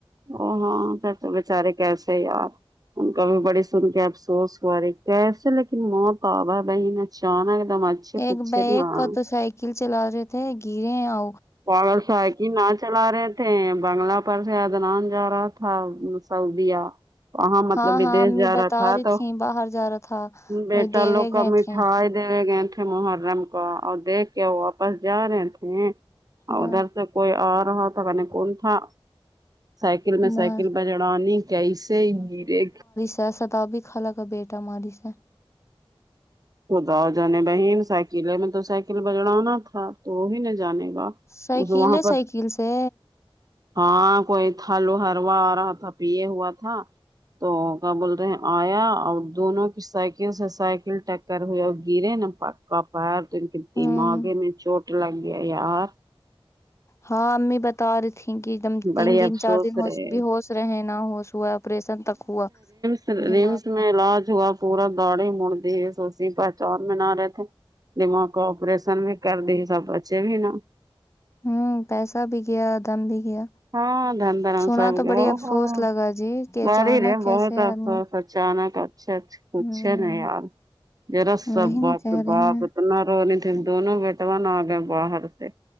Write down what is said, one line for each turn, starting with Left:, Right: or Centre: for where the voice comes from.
Right: او ہاں س توے بچارے کیسے یار ان کا بھی بڑی سن کے افسوس ہوا رہی کیسے لیکن موت آبا ہے بہن اچانک دم
Left: ایک
Right: پوچھے
Left: بیگ
Right: تھے ہاں
Left: کا تو سائیکل چلا رہے تھے گرے ہیں آ
Right: پارس سائکل نہ چلا رہے تھ بنگلہ پر سے ادنان جا رہا تھا سعودیہ وہاں مطلب
Left: ہاں
Right: بدیش
Left: ہاں امی
Right: جا
Left: بتا
Right: رہا تھا
Left: رہی
Right: تو
Left: تھی باہر جا رہا تھا
Right: بیٹا
Left: وہی دیوے
Right: لوگ کا
Left: گئے
Right: میٹھا
Left: تھے
Right: دے گئے تھے محرم کو اور دیکھ کے وہ واپس جا رہے تھے
Left: ہاں
Right: ادھر سے کوئی آ رہا تھا کنے کون تھا سائیکل میں
Left: مار
Right: سائیکل پرہ چڑھانی کیسے گرے
Left: جسا توب بھی خال کا بیٹا ماری سے
Right: خدا جنے بہن سائیکلیں میں تو سائیکل بجڑانا تھا تو وہی نہ جانے گا
Left: سائکل
Right: اس وہاں
Left: ہے
Right: پر
Left: سائیکل سے
Right: ہاں کوئی تھالو ہروا آ رہا تھا پیے ہوا تھا تھا تو کیا بول رہے ہیں آیا اور دونوں کی سائیکل سے سائیکل ٹیک کر ہوئے گرے نا پککا پار تو ان کے
Left: ہوں
Right: دماغے میں چوٹ لگ گیا یار
Left: ہاں امی بتا رہی تھھی کہ ایک دم
Right: بڑے
Left: تین دن
Right: افسوس
Left: چار دن ہو
Right: رہے
Left: بھی ہوس رہے ہیں نہ ہوش ہوا آپریشن تک ہوا
Right: رمس
Left: دماغ
Right: میں
Left: کا
Right: علاج ہوا پورا داڑھی مڑ دی سوی پہچان م نہ رہے تھے <unintelligible> دماغ کا آپریشن بھی کر دی سب بچے بھی نا
Left: ہوں پیسہ بھی گیا دم بھی گیا
Right: ہاں دن دھرم
Left: سنا
Right: سب
Left: تو بڑی
Right: ہو
Left: افسوس
Right: گ
Left: لگا جی کہ اچانک
Right: رہے
Left: کیسے
Right: بہت افسوس
Left: آدمی
Right: اچانک اچھا اچھا کچھ
Left: ہوں
Right: ہے ن یار جرا
Left: وہی
Right: سب
Left: نا کہہ
Right: پرباب
Left: رہے ہیں
Right: اتنا رونی تھی دونوں بیٹوان آ گئے باہر سے